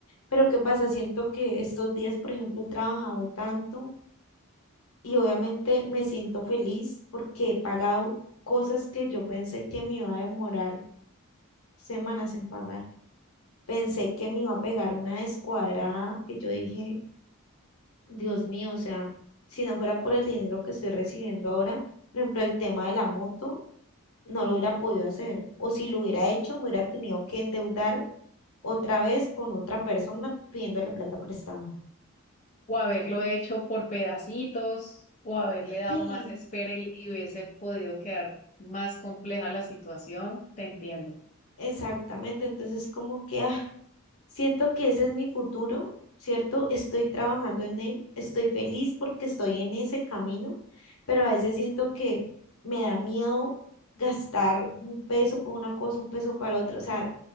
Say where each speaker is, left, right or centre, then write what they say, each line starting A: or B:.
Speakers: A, on the left (about 75°); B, on the left (about 35°).
A: Pero ¿qué pasa? Siento que estos días, por ejemplo, he trabajado tanto y obviamente me siento feliz porque he pagado cosas que yo pensé que me iba a demorar semanas en pagar. Pensé que me iba a pegar una descuadrada que yo dije, Dios mío, o sea, si no fuera por el dinero que estoy recibiendo ahora, por ejemplo, el tema de la moto, no lo hubiera podido hacer. O si lo hubiera hecho, me hubiera tenido que endeudar otra vez con otra persona pidiéndole plata prestada.
B: O haberlo
A: Sí, me-
B: hecho por pedacitos, o haberle dado
A: sí,
B: más espera y, y hubiese podido quedar más compleja la situación, te entiendo.
A: exactamente. Entonces, como que, Siento que ese es mi futuro, ¿cierto? Estoy trabajando en él, estoy feliz porque estoy en ese camino, pero a veces siento que me da miedo gastar un peso por una cosa, un peso para la otra, o sea,